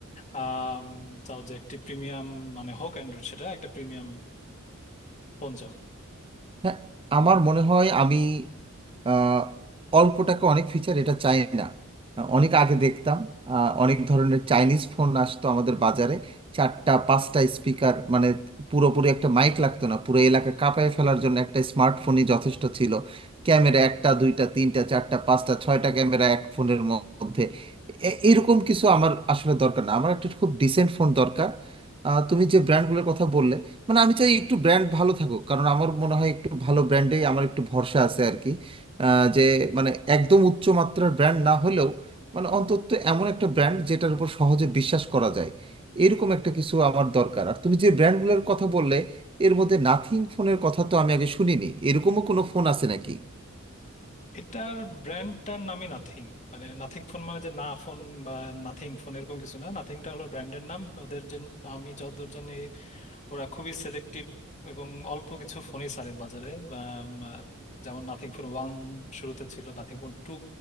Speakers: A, on the left; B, on the right.
A: আম, চাও যে একটি প্রিমিয়াম মানে হোক অ্যান্ড্রয়েড সেটা একটা প্রিমিয়াম ফোন চাও
B: হ্যাঁ আমার মনে হয় আমি আহ, অল্প টাকা অনেক ফিচার এটা চাই না আহ, অনেক আগে দেখতাম আহ, অনেক ধরনের চাইনিজ ফোন আসতো আমাদের বাজারে চারটা পাঁচটা স্পিকার মানে পুরোপুরি একটা মাইক লাগতো না পুরো এলাকা কাঁপায় ফেলার জন্য একটা স্মার্টফোনই যথেষ্ট ছিল ক্যামেরা একটা দুইটা তিনটা চারটা পাঁচটা ছয়টা ক্যামেরা এক ফোনের মধ্যে এ- এরকম কিছু আমার আসলে দরকার না আমার একটা খুব ডিসেন্ট ফোন দরকার আহ, তুমি যে ব্র্যান্ডগুলোর কথা বললে মানে আমি চাই একটু ব্র্যান্ড ভালো থাকুক কারণ আমার মনে হয় একটু ভালো ব্র্যান্ডেই আমার একটু ভরসা আছে আর কি আহ, যে মানে একদম উচ্চ মাত্রার ব্র্যান্ড না হলেও মানে অন্তত এমন একটা ব্র্যান্ড যেটার উপর সহজে বিশ্বাস করা যায় এরকম একটা কিছু আমার দরকার আর তুমি যে ব্র্যান্ডগুলোর কথা বললে এর মধ্যে নাথিং ফোনের কথা তো আমি আগে শুনিনি এরকমও কোনো ফোন আছে নাকি
A: এটার ব্র্যান্ডটার নামই নাথিং মানে নাথিং ফোন মানে যে না ফোন বা নাথিং ফোন এরকম কিছু না নাথিংটা হলো ব্র্যান্ডের নাম ওদের যে আমি যতদূর জানি ওরা খুবই সিলেক্টিভ এবং অল্প কিছু ফোনই ছাড়ে বাজারে বা, উম, আহ, যেমন নাথিং ফোন ওয়ান শুরুতে ছিল নাথিং ফোন টু